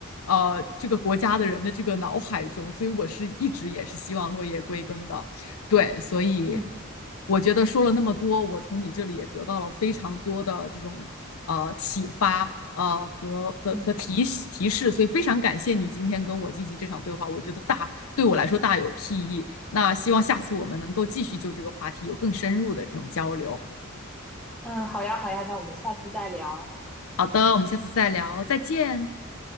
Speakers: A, on the left; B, in the centre.
A: 呃，这个国家的人的这个脑海中。所以我是一直也是希望落叶归根的，对，所以。
B: 嗯
A: 我觉得说了那么多，我从你这里也得到了非常多的这种呃启发，呃和和和提提示，
B: 嗯，
A: 所以非常感谢你今天跟我进行这场对话，我觉得大对我来说大有裨益。那希望下次我们能够继续就这个话题有更深入的这种交流。
B: 嗯，好呀，好呀，那我们下次再聊，
A: 好的，我们下次再聊，再见。